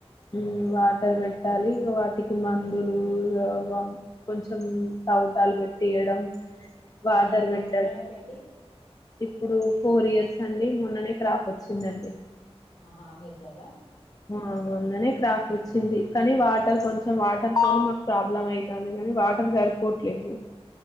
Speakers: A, on the left; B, on the left.
A: మ్ వాటర్ పెట్టాలి ఇంకా వాటికి మందులు ఇ కొంచెం త వ్వుటాలు పెట్టియడం వాటర్
B: ఎన్ని ఇయర్స్
A: పెట్ట
B: అవుతుంది మేడం పెట్టి
A: ఇప్పుడు ఫోర్ ఇయర్స్ అండి మూన్ననే క్రాఫ్ వచ్చిందండి
B: ఆహా అమ్మేశారా
A: ఆ మొన్ననే క్రాప్ వచ్చింది కనీ వాటర్ కొంచెం వాటర్ పోని మాక్ ప్రాబ్లమ్ అయితాంది కని వాటర్ సరిపోవట్లేవ్వు